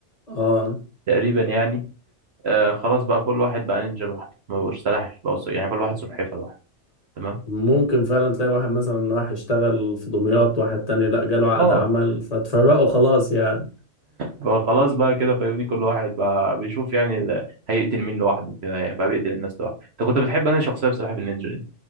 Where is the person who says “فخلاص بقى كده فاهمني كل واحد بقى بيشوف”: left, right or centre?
Right